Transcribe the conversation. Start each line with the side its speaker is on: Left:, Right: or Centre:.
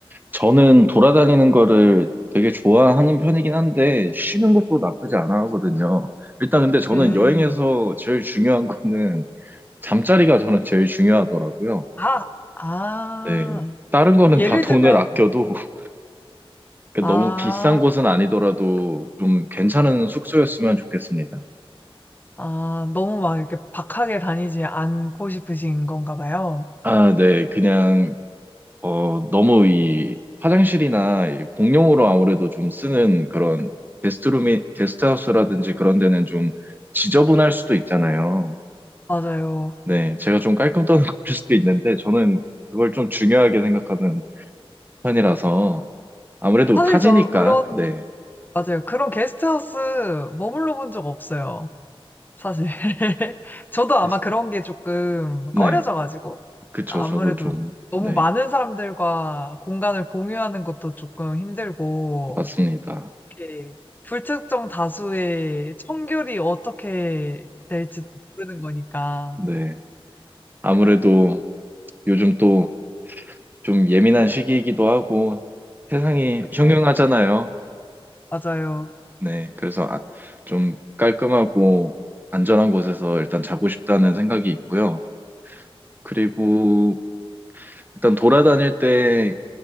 Right: 저는 돌아다니는 거를 되게 좋아하는 편이긴 한데, 쉬는 것도 나쁘지 않아 하거든요. 일단 근데 저는
Left: 음.
Right: 여행에서 제일 중요한 거는 잠자리가 저는 제일 중요하더라고요.
Left: 아, 아.
Right: 네. 다른 거는
Left: 예를
Right: 다 돈을
Left: 들면
Right: 아껴도 <laughs> 그
Left: 아
Right: 너무 비싼 곳은 아니더라도 좀 괜찮은 숙소였으면 좋겠습니다.
Left: 아, 너무 막 이렇게 박하게 다니지 않고 싶으신 건가 봐요.
Right: 아, 네. 그냥 어, 너무 이 화장실이나 이 공용으로 아무래도 좀 쓰는 그런 게스트룸이, 게스트하우스라든지 그런 데는 좀 지저분할 수도 있잖아요.
Left: 맞아요.
Right: 네, 제가 좀 깔끔 떠는 <laughs> 걸 수도 있는데 저는 그걸 좀 중요하게 생각하는 편이라서 아무래도
Left: 사실
Right: 타지니까,
Left: 저 그런,
Right: 네.
Left: 맞아요. 그런 게스트하우스 머물러 본 적 없어요. 사실. <laughs> 저도
Right: 게스-
Left: 아마 그런 게 조금
Right: 네,
Left: 꺼려져가지고.
Right: 그쵸.
Left: 아무래도
Right: 저도 좀,
Left: 너무
Right: 네,
Left: 많은 사람들과 공간을 공유하는 것도 조금 힘들고,
Right: 맞습니다.
Left: 이렇게 불특정 다수의 청결이 어떻게 될지 모르는 거니까.
Right: 네. 아무래도 요즘 또 좀 예민한 시기이기도 하고 세상이
Left: 그렇죠.
Right: 네. 흉흉하잖아요.
Left: 맞아요.
Right: 네, 그래서 아- 좀 깔끔하고 안전한 곳에서 일단 자고 싶다는 생각이 있고요. 그리고 일단 돌아다닐 때